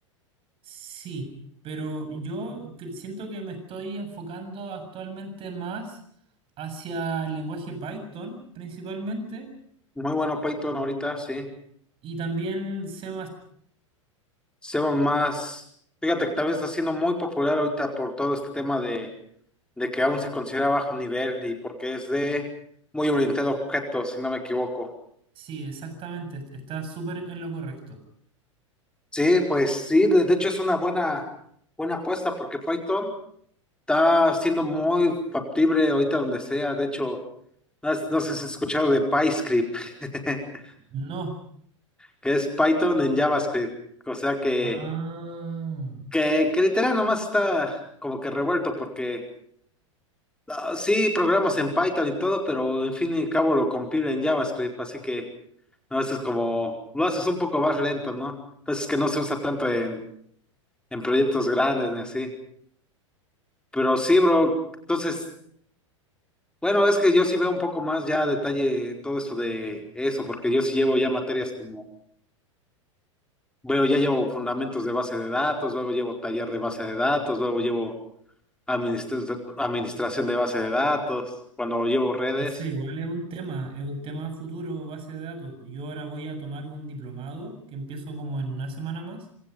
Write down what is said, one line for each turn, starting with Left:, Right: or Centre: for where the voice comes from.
Right: Sí, pero yo cre- siento que me estoy enfocando actualmente más hacia el lenguaje Python principalmente
Centre: Muy bueno Python ahorita, sí.
Right: y también C++.
Centre: Seba más, fíjate que también está siendo muy popular ahorita por todo este tema de, de que aún se considera bajo nivel y porque es de muy orientado a objetos, si no me equivoco.
Right: Sí, exactamente, est- está súper en lo correcto.
Centre: Sí, pues sí, de, de hecho es una buena, buena apuesta porque Python está siendo muy factible ahorita donde sea. De hecho, no, has- no sé si has escuchado de PyScript, <laughs>
Right: No.
Centre: que es Python en JavaScript. O sea que,
Right: Ah,
Centre: que, que literal nomás está como que revuelto porque Ah, sí, programas en Python y todo, pero en fin y al cabo lo compila en JavaScript, así que no a es como lo haces un poco más lento, ¿no? Pues es que no se usa tanto en, en proyectos grandes ni así. Pero sí, bro, entonces, bueno, es que yo sí veo un poco más ya a detalle todo esto de eso, porque yo sí llevo ya materias como, bueno ya llevo fundamentos de base de datos, luego llevo taller de base de datos, luego llevo administra- administración de base de datos, cuando llevo redes.
Right: Ese igual es un tema, es un tema futuro, base de datos. Yo ahora voy a tomar un diplomado que empiezo como en una semana más,